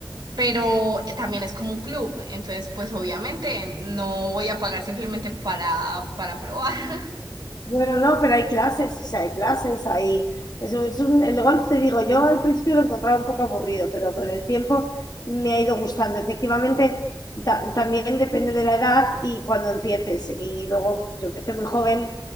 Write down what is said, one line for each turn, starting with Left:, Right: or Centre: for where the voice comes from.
Right: pero también es como un club. Entonces, pues obviamente no voy a pagar simplemente para, para probar. <laughs>
Left: Bueno, no, pero hay clases, o sea, hay clases, hay... Es un- es un- el golf, te digo, yo al principio lo encontraba un poco aburrido, pero con el tiempo me ha ido gustando. Efectivamente, ta- también depende de la edad y cuando empieces. Y luego yo empecé muy joven